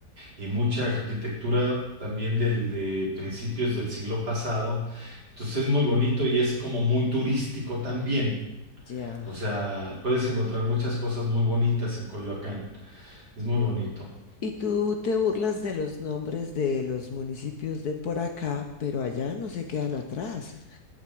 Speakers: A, on the right; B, on the left.
A: y mucha arquitectura también del, de principios del siglo pasado. Entonces es muy bonito y es como muy turístico también.
B: Ya.
A: O sea, puedes encontrar muchas cosas muy bonitas en Coyoacán. Es muy bonito.
B: Y tú te burlas de los nombres de los municipios de por acá, pero allá no se quedan atrás.